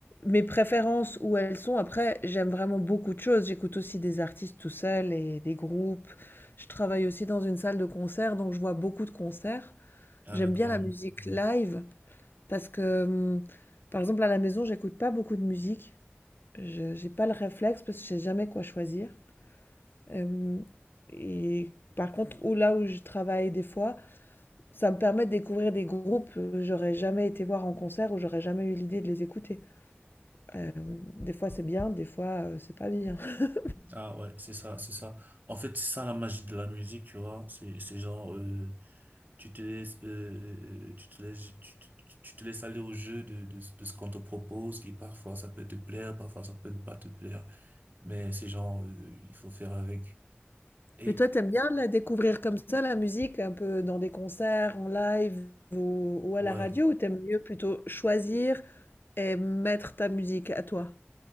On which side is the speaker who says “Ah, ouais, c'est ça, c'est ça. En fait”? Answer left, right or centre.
Right